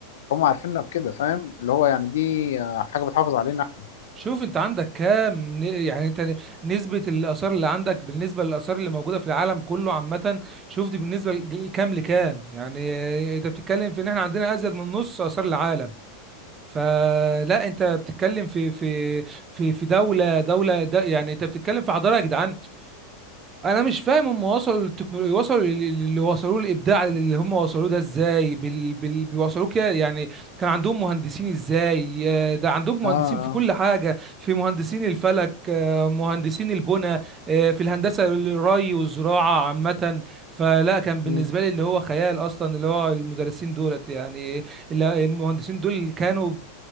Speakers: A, on the left; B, on the right.
A: هم عارفيننا بكده فاهم اللي هو يعني دي آه، حاجه بتحافظ علينا احنا
B: شوف انت عندك كام ن- يعني انت ن- نسبة الآثار اللي عندك بالنسبة للآثار اللي موجودة في العالم كله عامة شوف دي بالنسبة لج- لكام لكام يعني اه، انت بتتكلم في ان احنا عندنا ازيد من نص آثار العالم فلا انت بتتكلم في في في في دولة دولة د- يعني انت بتتكلم في حضارة يا جدعان انا مش فاهم هم وصلوا للتكنولوجيا وصلوا لل- اللي وصلوه الابداع اللي هم وصلوه ده ازاي بال... بال... بيوصلوه كده يعني كان عندهم مهندسين ازاي آه، ده عندهم مهندسين
A: اه اه
B: في كل حاجه في مهندسين الفلك آه، مهندسين البنى آه، في الهندسه الري والزراعه عامه فلا كان بالنسبه
A: مم.
B: لي اللي هو خيال اصلا اللي هو المدرسين دولت يعني ال- المهندسين دول كانوا